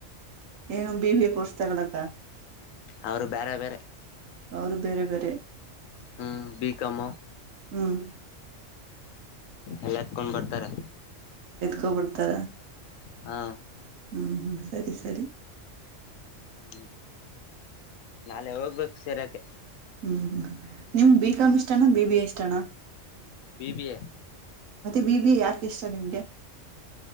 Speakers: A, on the right (about 80°); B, on the left (about 85°).
A: ಏನು ಬಿ ವಿ ಎ ಕೋರ್ಸ್ ತೊಗೊಲಕ್ಕ.
B: ಅವರು ಬೇರೆ ಬೇರೆ
A: ಅವ್ರು ಬೇರೆ ಬೇರೆ
B: ಹ್ಮ್ ಬಿ ಕಾಮು
A: ಹ್ಮ್.
B: ಎಲ್ಲತ್ಕೊಂಡು ಬರ್ತಾರೆ.
A: ತೊಗೊ ಬರ್ತರಾ?
B: ಹಾ
A: ಹ್ಮ್ ಹ್ಮ ಸರಿ ಸರಿ.
B: ಹ್ಮ್ ನಾಳೆ ಹೋಗ್ಬೇಕು ಸೇರಾಕೆ.
A: ಹ್ಮ್ ನಿಮ್ಗ ಬಿ ಕಾಮ್ ಇಷ್ಟಾನಾ ಬಿ ಬಿ ಎ ಇಷ್ಟಾನಾ.
B: B B A.
A: B B A ಯಾಕ ಇಷ್ಟ ನಿಮಗೆ?